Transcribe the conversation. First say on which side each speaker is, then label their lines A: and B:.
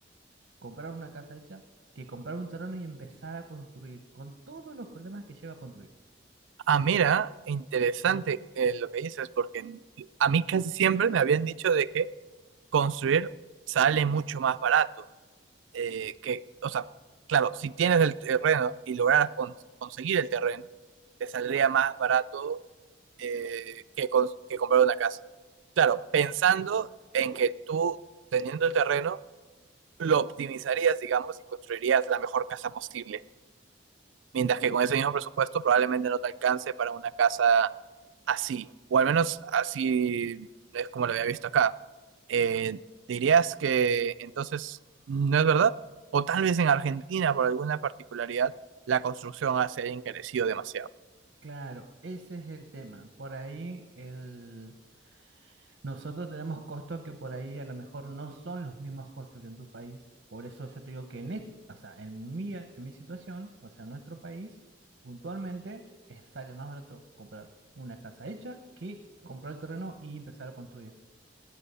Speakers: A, on the right (about 60°); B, on the right (about 80°).
A: comprar una casa hecha que comprar un terreno y empezar a construir, con todos los problemas que lleva a construir.
B: Ah, mira, interesante eh, lo que dices, porque a mí casi siempre me habían dicho de que construir sale mucho más barato. eh, que, o sea, claro, si tienes el terreno y lograras con- conseguir el terreno, te saldría más barato eh, que, cons- que comprar una casa. Claro, pensando en que tú, teniendo el terreno, lo optimizarías, digamos, y construirías la mejor casa posible. Mientras que con ese mismo presupuesto probablemente no te alcance para una casa así, o al menos así es como lo había visto acá. Eh, dirías que entonces no es verdad, o tal vez en Argentina, por alguna particularidad, la construcción se haya encarecido demasiado.
A: Claro, ese es el tema. Por ahí el... Nosotros tenemos costos que por ahí a lo mejor no son los mismos costos que en tu país. Por eso yo te digo que en este, o sea, en mi, en mi situación, o sea, en nuestro país, puntualmente, eh, sale más barato comprar una casa hecha que comprar el terreno y empezar a construir.